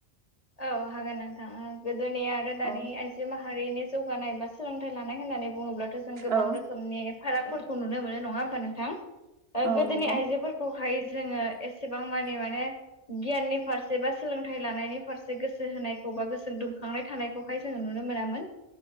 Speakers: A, on the left; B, on the right.
A: औ हागोन नोंथाङा गोदोनि आरो दानि
B: औ
A: आ जि माहारिनि जौगानाय बा सोलोंथाइ लानाय होननानै बुङोब्लाथ' जों गोबां
B: औ
A: रोखोम रोखोम नि फारागफोरखौ नुनो मोनो नङा होमबा नोंथां
B: औ
A: गोदोनि
B: नंगौ
A: आइजोफोरखौ खौहाय जोङो एसेबां मानि माने गियाननि फारसे बा सोलोंथाइ लानायनि सेो होनायखौ बा गो दुंखांनाय थानायखौहाय जोङो नुनो मोनामोन